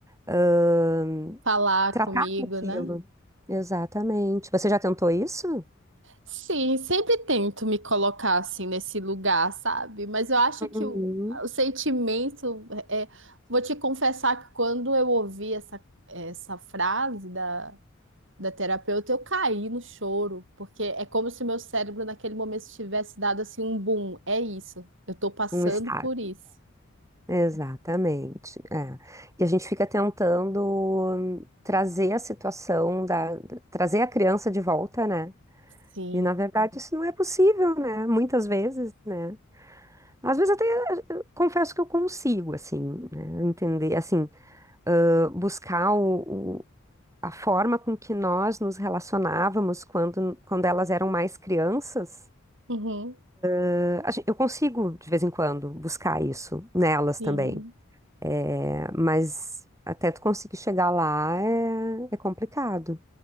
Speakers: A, on the right (about 15°); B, on the right (about 65°).
A: ahn,
B: falar
A: tratar
B: comigo,
A: com aquilo?
B: né?
A: Exatamente. Você já tentou isso?
B: Sim, sempre tento me colocar assim nesse lugar, sabe? Mas eu acho que
A: Uhum.
B: o, o sentimento é, vou te confessar que quando eu ouvi essa, essa frase da, da terapeuta, eu caí no choro, porque é como se meu cérebro naquele momento tivesse dado assim um boom. É isso, eu tô passando
A: Um estágio.
B: por isso.
A: Exatamente. é. E a gente fica tentando hum, trazer a situação da, trazer a criança de volta, né?
B: Sim.
A: E na verdade isso não é possível, né? Muitas vezes, né? Às vezes até eh, confesso que eu consigo, assim, né? Entender, assim, ãh, buscar o, o- a forma com que nós nos relacionávamos quando, quando elas eram mais crianças.
B: Uhum,
A: Eh, a gen- Eu consigo, de vez em quando, buscar isso nelas
B: sim.
A: também. É, mas até tu conseguir chegar lá é, é complicado.